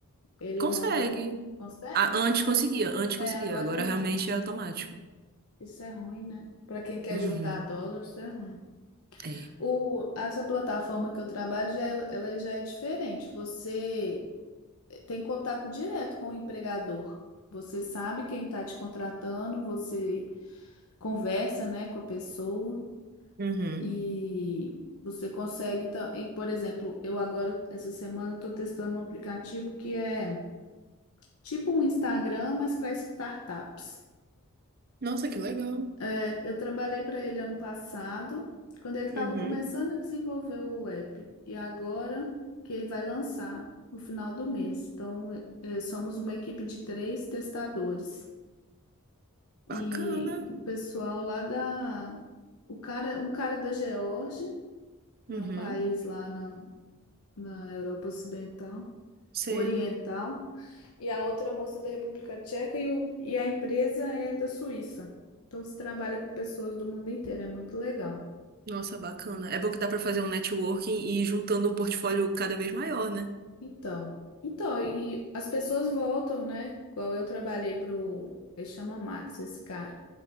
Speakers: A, on the left; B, on the right.
A: Ele
B: Consegue.
A: manda. Consegue?
B: Ah, antes conseguia, antes
A: É,
B: conseguia.
A: agora
B: Agora
A: não.
B: realmente é automático.
A: Isso é ruim, né? Para quem quer
B: Uhum.
A: juntar dólares, é ruim.
B: É.
A: O, essa plataforma que eu trabalho, já, é- ela já é diferente. Você tem contato direto com o empregador. Você sabe quem está te contratando, você conversa, né, com a pessoa.
B: Uhum.
A: E você consegue. ta- E, por exemplo, eu agora, essa semana, estou testando um aplicativo que é tipo um Instagram, mas para startups.
B: Nossa, que legal.
A: É, eu trabalhei para ele ano passado, quando ele estava
B: Uhum.
A: começando a desenvolver o app. E agora que ele vai lançar no final do mês. Então, é, somos uma equipe de três testadores. E
B: Bacana.
A: o pessoal lá da. O cara, um cara da Geórgia,
B: Uhum.
A: né, um país lá na Europa Ocidental,
B: Sei.
A: Oriental, e a outra moça da República Tcheca e, o, e a empresa é da Suíça. Então se trabalha com pessoas do mundo inteiro, é muito legal.
B: Nossa, bacana. É bom que dá para fazer um networking e ir juntando um portfólio cada vez maior, né?
A: Então, então e as pessoas voltam, né? Igual eu trabalhei para o, ele chama Max, esse cara.